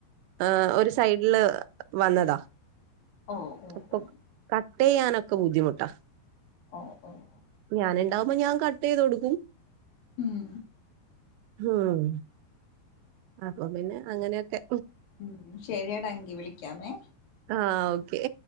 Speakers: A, on the right; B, on the left.
A: ആഹ് ഒരു സൈഡില് വന്നതാ
B: ഓ ഓ
A: അപ്പൊ
B: ഓ
A: കട്ട്യ്യാനൊക്കെ ബുദ്ധിമുട്ടാ
B: ഓഹ് ഓഹ്
A: ഞാന്ണ്ടാവുമ്പോ ഞാൻ കട്ടെയ്തൊട്ക്കും
B: ഉം
A: ഉം അപ്പൊ പിന്നെ അങ്ങനെയൊക്കെ
B: ഉം ശരിയാ ടങ്കി വിളിക്കാമേ
A: ആഹ് ഓക്കെ